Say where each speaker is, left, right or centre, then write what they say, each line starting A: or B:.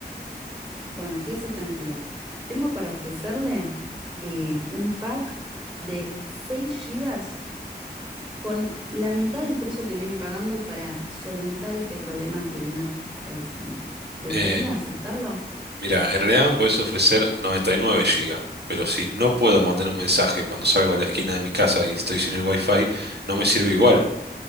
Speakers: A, on the right; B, on the right.
A: Bueno, quédese tranquilo. Tengo para ofrecerle eh, un pack de seis gigas. con la mitad del precio que viene pagando para solventar este problema que viene atravesando. ¿Le
B: Eh,
A: gustaría aceptarlo?
B: mira, en realidad me podés ofrecer 99 gigas, pero si no puedo mandar un mensaje cuando salgo a la esquina de mi casa y estoy sin el wifi, no me sirve igual.